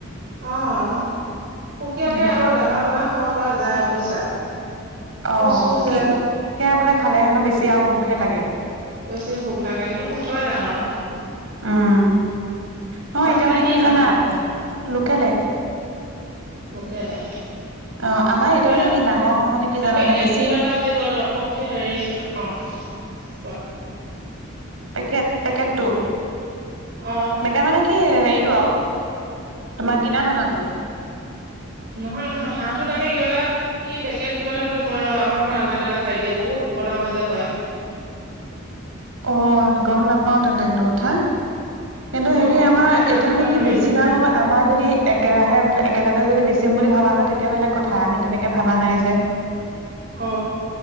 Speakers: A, on the right; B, on the right.
A: অ সুকীয়াকে
B: দিগদাৰ
A: আৰু দানা বনাই খাব পৰা যায়, বুজিছা।
B: অ
A: কচু যে
B: কি, সেয়া বোলে খালে হেনো বেছি আৰু ভোকহে লাগে।
A: বেছি ভোক লাগে, কিন্তু সোনকালে ডাঙৰ হয়।
B: উম, নহয়
A: হাঁহ
B: এতিয়া
A: কেইটা
B: মানে কি
A: হাঁহ
B: জানা।
A: তোমালোকৰ
B: লোকেলে
A: লোকেলে।
B: অ আমাৰ এতিয়া
A: কিয়
B: মানে কি ডাঙৰ হোৱা মানে? কি জানানে
A: পেকেট
B: বেছি
A: কিবা এটা বুলি কৈ ল বাপককে হেৰি অ কোৱা
B: পেকেট পেকেটটো
A: অ
B: পেকেট মানে কি হেৰিতটো আৰু তোমাৰ কিনা দানাতো।
A: নহয় নহয় হাঁহটো নামে কিবা এটা এই পেকেট কিবা এটা বুলি কয় ৰব আমাৰ ঘৰত আননা ক এটা ভাই দিয়ে বহুত ওখ ডাঙৰ যে হয়।
B: অ গম নাপাও তেন্তে সেইটো কথা কিন্তু হেৰি
A: অ
B: আমাৰ
A: সেই হাঁহ
B: এতিয়া
A: কেইটাৰ
B: মানে
A: নামে
B: কি বেছি ডাঙৰ,
A: উম
B: গ আমাৰ যদি একেৰাহে বোলে একেলগে যদি বেচিম বুলি ভবা হয় তেতিয়া বেলেগ কথা আমি তেনেকে ভবা নাই যে।
A: অ।